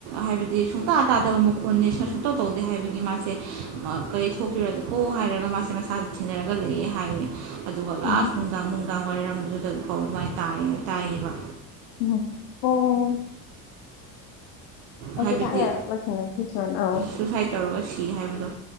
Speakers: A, on the right (about 70°); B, on the left (about 80°).
A: ꯍꯥꯏꯕꯗꯤ ꯁꯨꯡꯇꯥ ꯇꯥꯗꯕ ꯃꯈꯣꯟꯅꯤ ꯁꯨꯃꯥꯏ ꯁꯨꯡꯇꯧ ꯇꯧꯗꯦ ꯍꯥꯏꯕꯒꯤ ꯃꯥꯁꯦ ꯀꯔꯤ ꯊꯣꯛꯈꯤꯔꯗꯣ ꯀꯣ ꯍꯥꯏꯔꯒ ꯃꯥꯁꯦ ꯃꯁꯥꯗ ꯊꯤꯅꯔꯒ ꯂꯩꯌꯦ ꯍꯥꯏꯌꯦ ꯑꯗꯨꯒ ꯂꯥꯁ
B: ꯎꯝ
A: ꯅꯨꯡꯗꯥꯡ ꯅꯨꯡꯗꯥꯡ ꯋꯥꯏꯔꯝꯗꯨꯗ ꯄꯥꯎ ꯃꯥꯏ ꯇꯥꯏ ꯇꯥꯏꯌꯦꯕ
B: <inaudible> ꯑꯩꯁꯨ
A: ꯍꯥꯏꯕꯗꯤ
B: ꯊꯥꯏꯅ ꯑꯃ ꯊꯦꯡꯅꯈꯤ ꯁꯨꯃꯥꯏꯅ ꯑꯧ
A: ꯁꯨꯏꯁꯥꯏꯠ ꯇꯧꯔꯒ ꯁꯤ ꯍꯥꯏꯕꯗꯣ